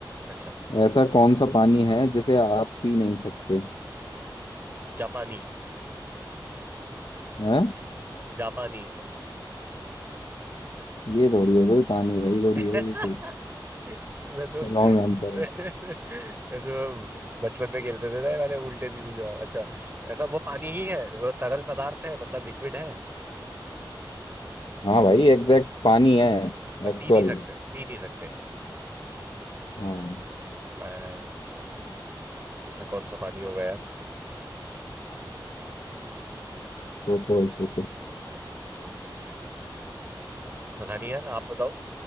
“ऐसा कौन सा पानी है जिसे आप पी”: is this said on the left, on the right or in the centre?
Left